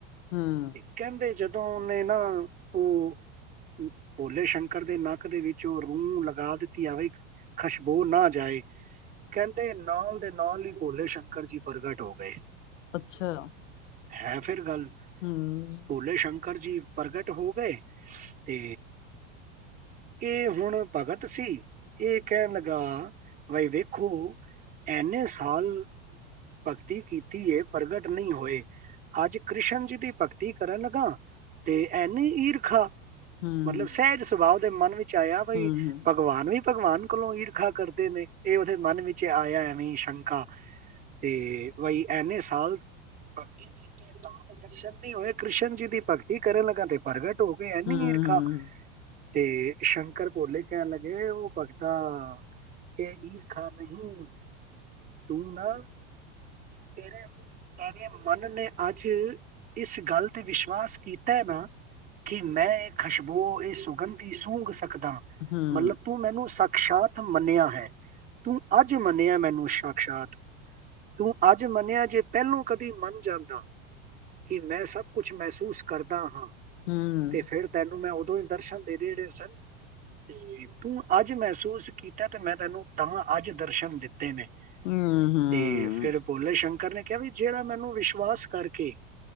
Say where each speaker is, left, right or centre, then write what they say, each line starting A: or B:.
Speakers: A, on the left (about 75°); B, on the right (about 25°).
A: ਹੂੰ।
B: ਇੱਕ ਕਹਿੰਦੇ ਜਦੋਂ ਜਦੋਂ ਉਹਨੇ ਨਾ ਉਹ ਭੋਲੇ ਸ਼ੰਕਰ ਦੇ ਨੱਕ ਦੇ ਵਿੱਚ ਉਹ ਰੂੰਹ ਲਗਾ ਦਿੱਤੀ ਆਵੇ ਖੁਸ਼ਬੋਹ ਨਾ ਜਾਏ ਕਹਿੰਦੇ ਨਾਲ ਦੇ ਨਾਲ ਹੀ ਭੋਲੇ ਸ਼ੰਕਰ ਜੀ ਪ੍ਰਗਟ ਹੋ ਗਏ।
A: ਅੱਛਾ,
B: ਹੈਂ ਫ਼ਿਰ ਗੱਲ।
A: ਹਮ।
B: ਭੋਲੇ ਸ਼ੰਕਰ ਜੀ ਪ੍ਰਗਟ ਹੋ ਗਏ ਤੇ ਇਹ ਹੁਣ ਭਗਤ ਸੀ, ਇਹ ਕਹਿਣ ਲੱਗਾ ਬਾਈ ਵੇਖੋ ਇੰਨੇ ਸਾਲ ਭਗਤੀ ਕੀਤੀ ਏ ਪ੍ਰਗਟ ਨਹੀਂ ਹੋਏ, ਅੱਜ ਕ੍ਰਿਸ਼ਨ ਜੀ ਦੀ ਭਗਤੀ ਕਰਨ ਲੱਗਾ ਤੇ ਐਨੀ ਈਰਖਾ
A: ਹੂੰ,
B: ਮਤਲਬ ਸਹਿਜ ਸੁਭਾਅ ਉਹਦੇ ਮਨ ਵਿੱਚ ਆਇਆ, ਬਈ
A: ਹੂੰ-ਹੂੰ।
B: ਭਗਵਾਨ ਵੀ ਭਗਵਾਨ ਕੋਲੋਂ ਈਰਖਾ ਕਰਦੇ ਨੇ। ਇਹ ਉਹਦੇ ਮਨ ਵਿੱਚ ਆਇਆ ਐਵੇਂ ਸ਼ੰਕਾ। ਤੇ ਬਾਈ ਇਨੇ ਸਾਲ ਭਗਤੀ ਕੀਤੀ ਤਾਂ ਦਰਸ਼ਨ ਨਹੀਂ ਹੋਏ, ਕ੍ਰਿਸ਼ਨ ਜੀ ਦੀ ਭਗਤੀ ਕਰਨ ਲੱਗਾ ਤੇ ਪ੍ਰਗਟ। ਤੇ ਹੋ ਗਿਆ ਏਨੀਂ
A: ਹੂੰ,
B: ਈਰਖਾ।
A: ਹੂੰ,
B: ਤੇ ਸ਼ੰਕਰ ਭੋਲੇ ਕਹਿਣ ਲੱਗੇ, ਉਹ ਭਗਤਾ ਇਹ ਈਰਖਾ ਨਹੀਂ, ਤੂੰ ਨਾ ਤੇਰੇ ਤੇਰੇ ਮਨ ਨੇ ਅੱਜ ਇਸ ਗੱਲ ਤੇ ਵਿਸ਼ਵਾਸ ਕੀਤਾ ਹੈ ਨਾ, ਕਿ ਮੈਂ ਇਹ ਖੁਸ਼ਬੋ ਇਹ ਸੁਗੰਧੀ ਸੂੰਘ ਸਕ
A: ਹੂੰ,
B: ਮਤਲਬ ਤੂੰ ਮੈਨੂੰ ਸ ਅਕਸ਼ਾਤ ਮੰਨਿਆ ਹੈ। ਤੂੰ ਅੱਜ ਮੰਨਿਆ ਮੈਨੂੰ ਸ਼ ਸ਼ਾਂਤ। ਤੂੰ ਅੱਜ ਮੰਨਿਆ, ਜੇ ਪਹਿਲੋਂ ਕਦੀ ਮੰਨ ਜਾਂਦਾ ਕਿ ਮੈਂ ਸਭ ਕੁਛ ਮਹਿਸੂਸ ਕਰਦਾ ਹਾਂ।
A: ਹੂੰ,
B: ਤੇ ਫ਼ਿਰ ਤੈਨੂੰ ਮੈਂ ਉ ਤੇ ਦਰਸ਼ਨ ਦੇ ਦੇ ਜਿਹੜੇ ਸਨ ਤੇ ਤੂੰ ਅੱਜ ਮਹਿਸੂਸ ਕੀਤਾ, ਤੇ ਮੈਂ ਤੈਨੂੰ ਤਾਂ ਅੱਜ ਦਰਸ਼ਨ ਦਿੱਤੇ ਨੇ।
A: ਹੂੰ, ਹੂੰ।
B: ਤੇ ਫ਼ਿਰ ਭੋਲੇੋ ਸ਼ੰਕਰ ਨੇ ਕਿਹਾ ਵੀ ਜਿਹੜਾ ਮੈਨੂੰ ਵਿਸ਼ਵਾਸ ਕਰਕੇ